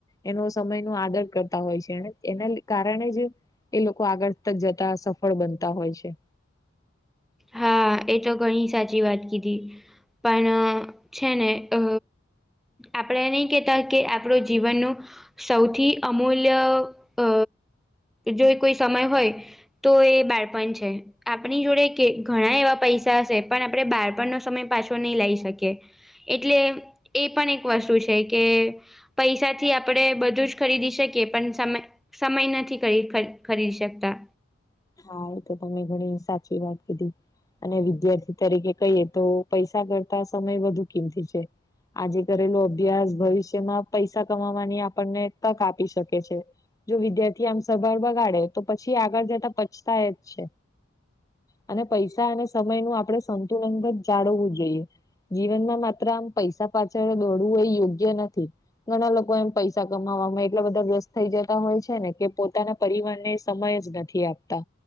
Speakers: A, on the left (about 20°); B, in the centre.
A: એનો સમય ન આદર કરતા હોય છે એના કારણે જ એ લોકો આગળ ત જતા સફળ બનતા હોય છે
B: હા એ તો ઘણી સાચી વાત કીધી પણ છે ને અ આપણે નહી કેતા કે આપણો જીવન ન સૌથી અમૂલ્ય અ જો કોઈ સમય હોય તો એ બાળપણ છે આપણી જોડે કે ઘણા એવા પૈસા હશે પણ આપણે બારપણનો સમય પાછો નહી લઈ શકીએ એટલે એ પણ એક વસ્તુ છે કે પૈસા થી આપણેે બધું જ ખરીદી શકીએ પણ સમય સમય નથી કરી ખરીદી શકતા
A: હા એ તો તમે ઘણી સાચી વાત કીધી અને વિદ્યાર્થી તરીકે કહીએ તો પૈસા કરતા સમય વધુ કિંમતી છે આજે કરેલો અભ્યાસ ભવિષ્યમાં પૈસા કમાવાની આપણને તક આપી શકે છે જો વિદ્યાર્થી આમ સભા બગાડે તો પછી આગળ જતા પચતા એ જ છે અને પૈસા અને સમય નું આપડણે સંતુલન પણ જ જાળવવું જોઈએ જીવનમાં માત્ર આમ પૈસા પાછળ દોડવું એ યોગ્ય નથી ઘણા લોકો એમ પૈસા કમાવામાં એટલા બધા ર્રસ્ત થઈ જતા હોય છે ને કે પોતાના પરિવારને સમય જ નથી આપતો